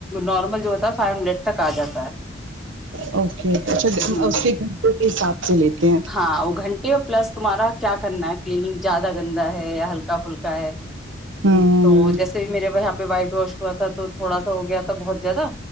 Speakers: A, in the centre; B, on the right (about 65°).
A: نارمل جو ہوتا ہے فائیو ہنڈریڈ تک آ جاتا ہے
B: اوکے اوکے اچھا
A: ہ ہ
B: اس کے گھنٹے کے حساب سے لیتے ہیں
A: ہاں وہ گھنٹے پلس تمہارا کیا کرنا ہے کلینک جا زیادہ گندا ہے یا ہلکا پھلکا ہے
B: ہوں
A: تو جیسے بھی میرے ب وائٹ واش ہوا تھا تو تھوڑا سا ہو گیا تھا بہت زیادہ